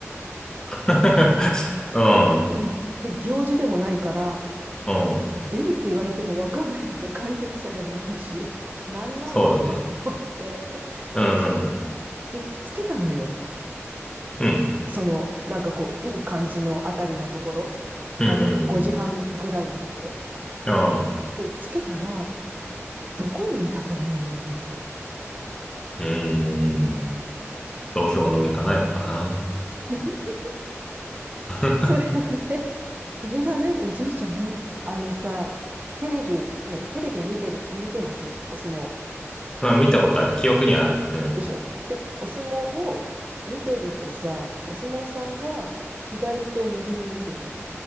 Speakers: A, on the left; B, on the right.
A: <laughs> うん。
B: うん、で、行事でもないから、
A: うん。
B: 出るって言われてもわかんないわけ。解説者でもないし。なんなんとか思って。
A: そうだね。うん。
B: そう。
A: うん。
B: で、つけたのよ。
A: うん。
B: その、なんかこう、いい感じのあたりのところ。
A: うん。
B: なんかこう、5時半ぐらいのところ。
A: うん。うん。ああ
B: で、つけたら、どこにいたと思う、おじいちゃん。
A: うーん土俵の上かな、やっぱ
B: <laughs>
A: な。
B: それがね、
A: <laughs>
B: それがね、おじいちゃん、あのさ、テレビ、ね、テレビ見てる、見てます、お相撲。
A: まあ、見たことある。
B: ね。
A: 記憶にはあるよ。うん。
B: でしょで、お相撲を見てるとさ、お相撲さんが左と右にいるでしょ